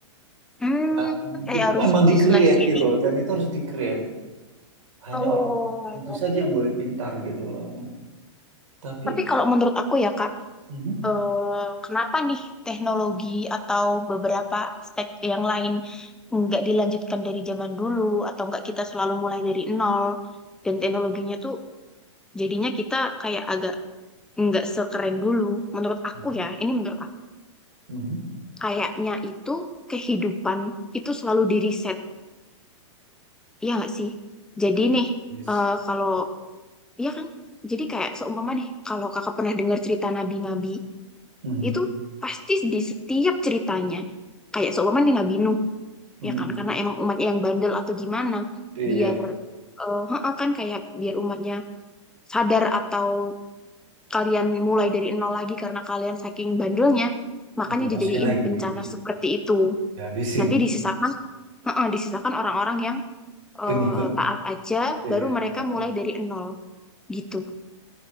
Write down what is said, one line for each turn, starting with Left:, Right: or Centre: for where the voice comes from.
Centre: Hmm,
Right: Dan
Centre: kayak
Right: itu
Centre: harus
Right: memang di-create
Centre: diselesaikan.
Right: gitu dan itu harus di-create. Hanya
Centre: Oh.
Right: orang tertentu saja yang boleh pintar gitu loh emang. Tapi
Centre: Tapi kalau menurut aku ya Kak,
Right: mhm,
Centre: eh, kenapa nih teknologi atau beberapa aspek yang lain nggak dilanjutkan dari zaman dulu atau nggak kita selalu mulai dari nol dan teknologinya tuh jadinya kita kayak agak nggak sekeren dulu. Menurut aku
Right: mhm,
Centre: ya, ini menurut aku.
Right: mhm,
Centre: Kayaknya itu kehidupan itu selalu diriset, iya nggak sih? Jadi nih,
Right: iya
Centre: eh,
Right: sih.
Centre: kalau iya kan, jadi kayak seumpama nih, kalau kakak pernah dengar cerita nabi-nabi,
Right: Mhm,
Centre: itu pasti di setiap ceritanya kayak seumpama nih Nabi Nuh
Right: mhm.
Centre: ya kan karena emang umatnya yang bandel atau gimana
Right: Iya,
Centre: biar eh, heeh kan kayak biar umatnya sadar atau kalian mulai dari nol lagi karena kalian saking bandelnya makanya
Right: dimasukin
Centre: dijadiin
Right: lagi,
Centre: bencana
Right: iya.
Centre: seperti itu
Right: Dihabisin
Centre: nanti
Right: tuh
Centre: disisakan heeh, disisakan orang-orang yang eh,
Right: pengikut
Centre: taat aja
Right: iya,
Centre: baru mereka
Right: yang tak tadi.
Centre: mulai dari nol gitu